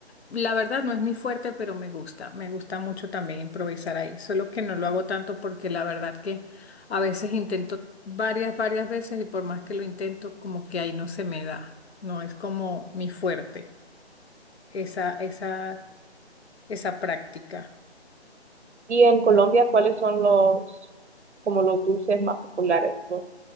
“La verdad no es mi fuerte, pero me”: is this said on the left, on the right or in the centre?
Left